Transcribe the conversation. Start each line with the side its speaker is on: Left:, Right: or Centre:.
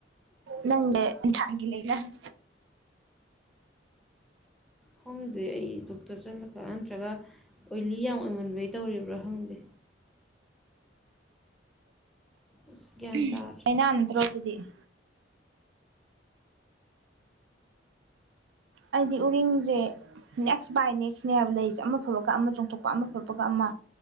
Right: ꯅꯪ <inaudible> ꯊꯥꯒꯤ ꯂꯩꯅꯥꯅꯦ
Centre: ꯈꯪꯗꯦ ꯑꯩ ꯗꯣꯛꯇꯔ ꯆꯠꯂꯛꯄ ꯅꯠꯇ꯭ꯔꯒ ꯑꯣꯏꯂꯤ ꯌꯥꯝ ꯑꯣꯏꯃꯟꯕꯩ ꯇꯧꯔꯤꯕ꯭ꯔꯥ ꯈꯪꯗꯦ ꯑꯁ ꯒ꯭ꯌꯥꯟ
Right: <unintelligible>
Centre: ꯇꯥꯗ꯭ꯔꯦ
Right: ꯂꯩꯅꯥ ꯅꯠꯇ꯭ꯔꯣ ꯑꯗꯨꯗꯤ <inaudible> ꯑꯩꯗꯤ ꯎꯔꯤꯡꯖꯦ ꯅꯦꯛꯁ ꯕꯥꯏ ꯅꯦꯛꯁꯅꯦ ꯍꯥꯏꯕ ꯂꯩꯁꯦ ꯑꯃ ꯐꯕꯒ ꯑꯃ ꯆꯣꯡꯊꯣꯛꯄ ꯑꯃ ꯐꯕꯒ ꯑꯃ